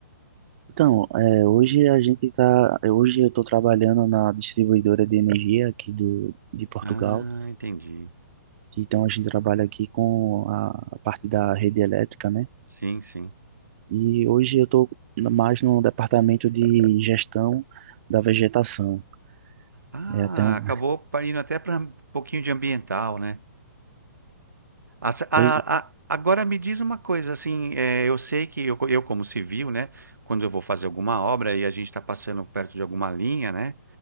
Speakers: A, on the right; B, on the right.
A: Então, é, hoje a gente tá, hoje eu estou trabalhando na distribuidora de energia aqui do, de Portugal.
B: Ah, entendi.
A: Então a gente trabalha aqui com a, parte da rede elétrica, né?
B: Sim, sim.
A: E hoje eu estou mais no departamento de gestão da vegetação.
B: Ah,
A: É até um.
B: acabou indo até para um pouquinho de ambiental, né? As- a-
A: Pois-
B: a- agora me diz uma coisa, assim, eh, eu sei que eu, co- eu como civil, né? Quando eu vou fazer alguma obra e a gente está passando perto de alguma linha, né?